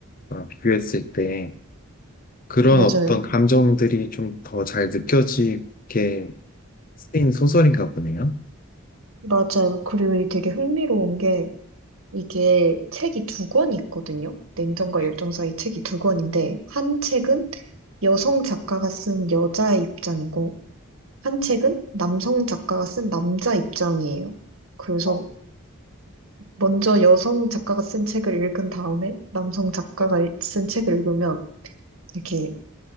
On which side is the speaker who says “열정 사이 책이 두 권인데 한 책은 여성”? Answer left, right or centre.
Right